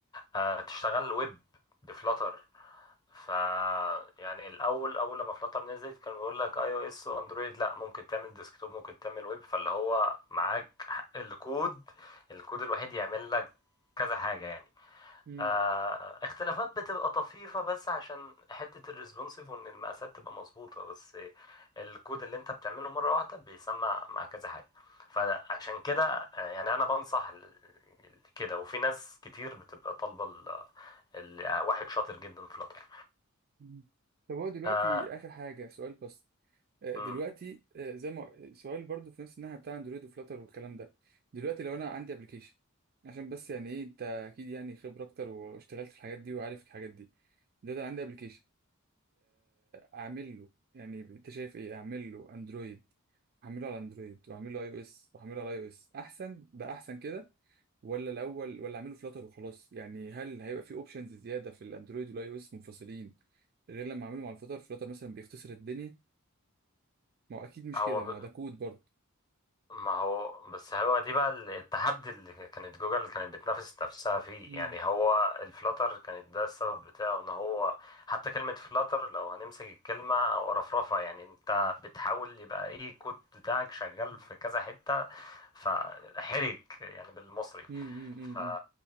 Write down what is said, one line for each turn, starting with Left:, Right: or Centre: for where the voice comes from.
Left: آه تشتغل ويب بفلتر ف يعني الاول اول لما فلاتر نزلت كان بيقول لك اي او اس واندرويد لا ممكن تعمل ديسكتوب ممكن تعمل ويب فاللي هو معاك حق الكود الكود الوحيد يعمل لك كذا حاجه يعني
Right: مم.
Left: آه اختلافات بتبقى طفيفه بس عشان حته الريسبونسيف وان المقاسات تبقى مظبوطه بس الكود اللي انت بتعمله مره واحده بيسمع مع كذا حاجه فعشان كده
Right: طب
Left: آه، يعني انا بنصح ال- كده وفي ناس كتير بتبقى طالبه ال- ال- واحد شاطر جدا في فلاتر
Right: مم. طب هو دلوقتي
Left: آه
Right: آخر حاجة سؤال بس آه،
Left: مم.
Right: دلوقتي آه، زي ما سؤال برضو في نفس الناحية بتاع اندرويد وفلاتر والكلام ده دلوقتي لو أنا عندي ابلكيشن عشان بس يعني إيه أنت أكيد يعني خبرة أكتر واشتغلت في الحاجات دي وعارف الحاجات دي دلوقتي أنا عندي ابلكيشن أعمل له يعني أنت شايف إيه أعمل له أندرويد أعمله على أندرويد وأعمله على أي أو إس وأعمله على أي أو إس أحسن ده أحسن كده ولا الاول ولا اعمله فلاتر وخلاص يعني هل هيبقى في اوبشنز زياده في الاندرويد والاي او اس منفصلين غير لما اعمله مع الفلاتر فلاتر مثلا بيختصر الدنيا ما هو اكيد مش
Left: هو
Right: كده
Left: ب...
Right: ما هو ده كود برضه
Left: ما هو بس هو دي بقى ال- التحدي اللي كانت جوجل كانت بتنافس نفسها فيه
Right: امم
Left: يعني هو الفلاتر كانت ده السبب بتاعه ان هو حتى كلمة فلاتر لو هنمسك الكلمة ورفرفة يعني انت بتحاول يبقى ايه الكود بتاعك شغال في كذا حتة فحرك يعني بالمصري
Right: امم امم
Left: ف...
Right: أمم.